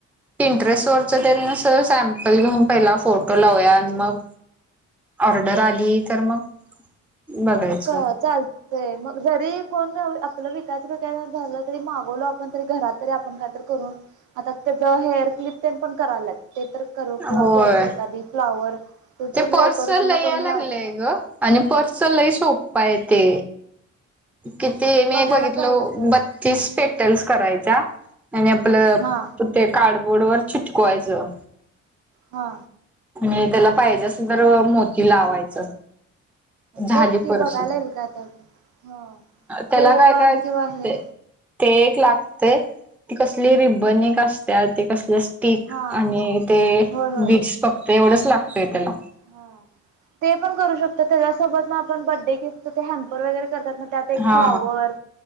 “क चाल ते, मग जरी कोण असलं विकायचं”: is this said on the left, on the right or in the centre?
Right